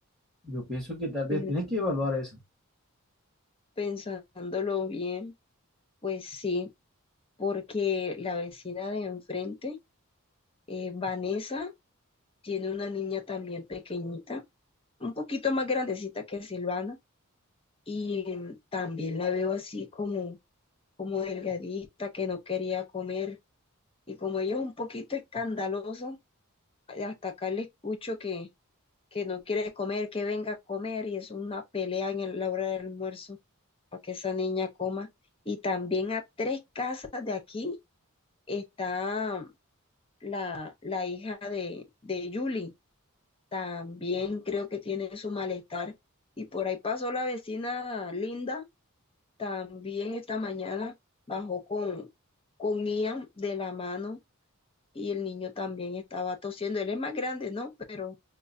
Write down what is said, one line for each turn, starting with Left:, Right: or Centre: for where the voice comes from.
Centre: Yo pienso que tal vez
Left: Pen-
Centre: tienes que evaluar eso.
Left: Pensándolo bien, pues sí, porque la vecina de enfrente, eh, Vanessa, tiene una niña también pequeñita, un poquito más grandecita que Silvana y mm, también la veo así como, como delgadita, que no quería comer. Y como ella es un poquito escandalosa, hasta acá le escucho que, que no quiere comer, que venga a comer, y es una pelea en el- la hora del almuerzo para que esa niña coma. Y también a tres casas de aquí está mm, la, la hija de, de Julie. También creo que tiene su malestar. Y por ahí pasó la vecina Linda También esta mañana bajó con, con Ian de la mano y el niño también estaba tosiendo. Él es más grande, ¿no? Pero